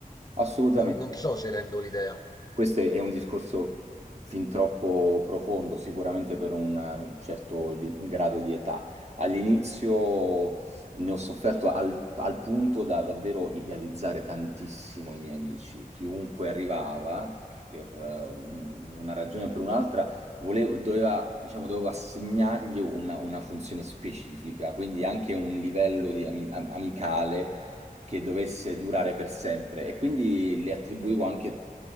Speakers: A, on the right; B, on the left.
A: Assolutamente.
B: non non so se rendo l'idea.
A: Questo è un discorso fin troppo profondo, sicuramente per un eh, certo li- grado di età. All'inizio ne ho sofferto al, al punto da davvero idealizzare tantissimo i miei amici. Chiunque arrivava, che per eh, un- una ragione o per un'altra, volevo, doveva, diciamo, dovevo assegnargli una, una funzione specifica, quindi anche un livello di ami- am- amicale che dovesse durare per sempre e quindi le attribuivo anche